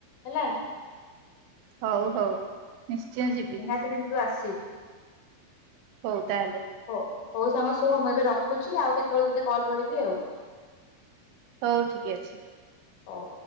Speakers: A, on the left; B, on the right.
A: ହେଲା।
B: ହଉ ହଉ। ନିଶ୍ଚୟ ଯିବି
A: ନିହାତି କିନ୍ତୁ ଆସ <inaudible>
B: ହଉ ତାହେଲେ
A: ହୋ ହଉ ସାଙ୍ଗ ଶୁଣୁ ମୁଁ ଏବେ ରଖୁଛି ଆଉ କେତେବେଳେ ତତେ କଲ କରିବି ଆଉ।
B: ହଉ ଠିକ ଅଛି।
A: ହଉ।